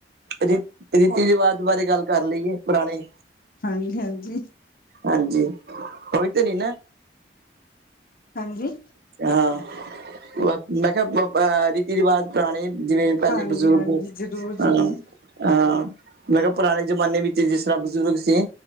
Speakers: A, on the right (about 60°); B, on the left (about 50°).
A: ਰ ਰੀਤੀ ਰਿਵਾਜ, ਬਾਰੇ ਗੱਲ ਕਰ ਲਈਏ, ਪੁਰਾਣੇ
B: ਹਾਂਜੀ ਹਾਂਜੀ
A: ਹਾਂਜੀ, ਕੋਈ ਤੇ ਨਈ ਨਾ
B: ਹਾਂਜੀ?
A: ਹਾਂ ਮੈਂ ਕਿਹਾ? ਏ ਰਿਵਾਜ਼ ਪੁਰਾਣੇ, ਜਿਵੇਂ ਪਹਿਲੇ
B: ਹਾਂਜੀ
A: ਬਜ਼ੁਰਗ
B: ਹਾਂਜੀ
A: ਅ
B: ਜ਼ਰੂਰ
A: ਹਾਂ,
B: ਜ਼ਰੂਰ
A: ਮੈਂ ਕਿਹਾ ਪੁਰਾਣੇ ਜ਼ਮਾਨੇ ਵਿੱਚ, ਜਿਸ ਤਰ੍ਹਾਂ ਬਜ਼ੁਰਗ ਸੀ।